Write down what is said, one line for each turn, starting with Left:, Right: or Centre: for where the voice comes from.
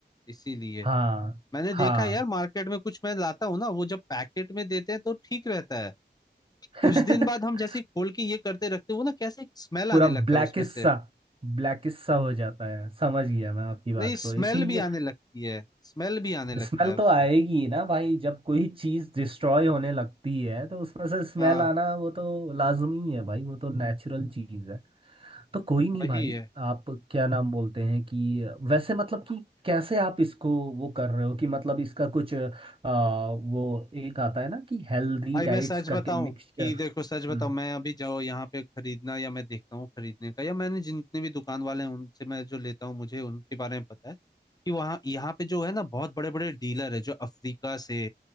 Left: इसीलिए
Right: हाँ
Left: मैंने
Right: हाँ
Left: देखा है यार मार्केट में कुछ मैं लाता हूँ ना वो जब पैकेट में देते हैं तो ठीक रहता है
Right: <laughs>
Left: कुछ दिन बाद हम जैसे ही खोल के ये करते रखते हो ना कैसे स्मेल आने
Right: पूरा
Left: लगता
Right: ब्लैकिश
Left: है उसमें से
Right: सा ब्लैकिश सा हो जाता है समझ गया मैं आपकी बात
Left: नहीं स्मेल
Right: को इसीलिए
Left: भी आने लगती है स्मेल भी आने लगता
Right: स्मेल
Left: है उससे
Right: तो आएगी ही ना भाई जब कोई चीज डिस्ट्रॉय होने लगती है तो उसमें से स्मेल
Left: हाँ
Right: आना वो तो लाजमी है भाई वो तो नेचुरल चीज है तो कोई नहीं
Left: वही
Right: भाई
Left: है
Right: आप क्या नाम बोलते हैं कि वैसे मतलब कि कैसे आप इसको वो कर रहे हो कि मतलब इसका कुछ आ, वो एक आता है ना कि हेल्दी
Left: भाई
Right: डाइट्स
Left: मैं सच बताऊं
Right: करके मिक्सचर
Left: कि देखो सच बताऊं
Right: हम्म
Left: मैं अभी जो यहाँ पे खरीदना या मैं देखता हूँ खरीदने का या मैंने जितने भी दुकान वाले हैं उनसे मैं जो लेता हूँ मुझे उनके बारे में पता है कि वहाँ यहाँ पे जो है ना बहुत बड़े बड़े डीलर है जो अफ्रीका से